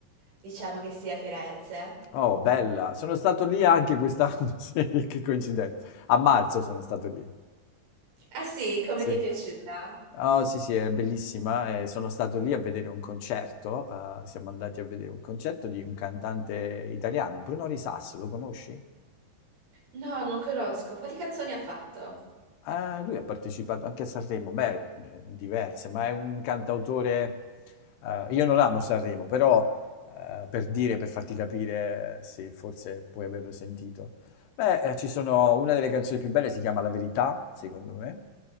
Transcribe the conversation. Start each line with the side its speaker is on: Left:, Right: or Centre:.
Right: diciamo che sia Firenze.
Left: Oh, bella. Sono stato lì anche quest'anno, <laughs> sì, che coincidenza. A marzo sono stato lì.
Right: Ah sì, come
Left: Sì.
Right: ti è piaciuta?
Left: Oh, sì, sì, è bellissima. eh, sono stato lì a vedere un concerto. eh, siamo andati a vedere un concerto di un cantante italiano, Bruno Risas, lo conosci?
Right: No, non conosco. Quali canzoni ha fatto?
Left: Ah, lui ha partecipato anche a Sanremo, beh, diverse, ma è un cantautore. eh, io non amo Sanremo, però eh, per dire, per farti capire, eh, se forse puoi averlo sentito. Beh, eh, ci sono una delle canzoni più belle, si chiama La Verità, secondo me,